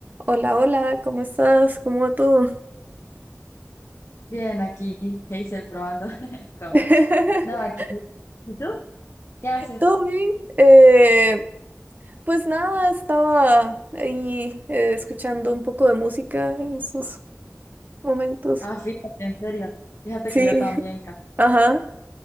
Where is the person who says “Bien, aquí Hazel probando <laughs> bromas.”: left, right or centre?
Left